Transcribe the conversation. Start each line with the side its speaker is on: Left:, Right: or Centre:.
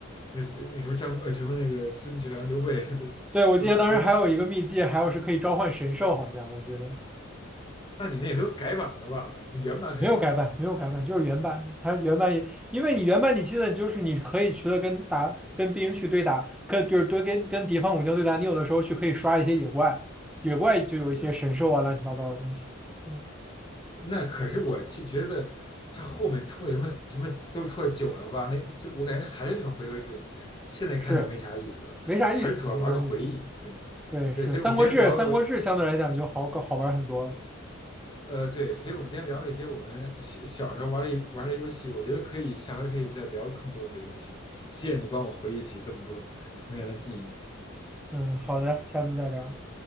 Left: 那那什么张呃什么那个孙权刘备 <laughs> 都都都，
Centre: 对，我记得当时还有一个秘技，还有是可以召唤神兽，好像我记得。
Left: 那你那也都改版了吧？你原版肯定没有。
Centre: 没有改版，没有改版，就是原版。它原版也，因为你原版你记得就是你可以去了跟打跟兵去对打，跟就是多跟跟敌方武将对打，你有的时候去可以刷一些野怪，野怪就有一些神兽啊乱七八糟的东西。
Left: 对，
Centre: 嗯，
Left: 那可是我其实觉得他后面出了什么什么都出了久了吧？那就我感觉还是那种回合制，现在看着没啥意思了，
Centre: 是没啥意思，
Left: 还是主要玩个回忆。
Centre: 没啥意思。
Left: 对
Centre: 对，
Left: 对，
Centre: 是《三国志》，
Left: 所以我们今天聊的我嗯
Centre: 《三国志》相对来讲就好搞好玩很多了。
Left: 呃对，所以我们今天聊了一些我们小小时候玩的玩的游戏，我觉得可以下回可以再聊更多的游戏。谢谢你帮我回忆起这么多童年的记忆。
Centre: 嗯，好的，下次再聊。